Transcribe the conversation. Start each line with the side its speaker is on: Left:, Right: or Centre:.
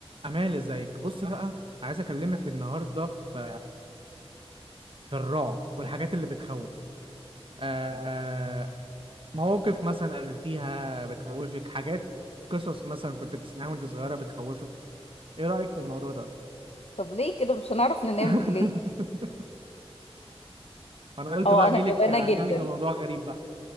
Right: أمال ازيك بص بقى عايز أكلمك النهاردة في في الرعب والحاجات اللي بتخوف آه، مواقف مثلا قابلتيها بتخوفك حاجات قصص مثلا كنت بتسمعها وأنت صغيرة بتخوفك إيه رأيك في الموضوع ده؟
Left: طب ليه كده مش هنعرف ننام
Right: <laughs>
Left: بالليل
Right: أنا قلت
Left: اه
Right: بقى أجيلك
Left: انا جبانة
Right: أجيلك
Left: جدا
Right: بموضوع غريب بقى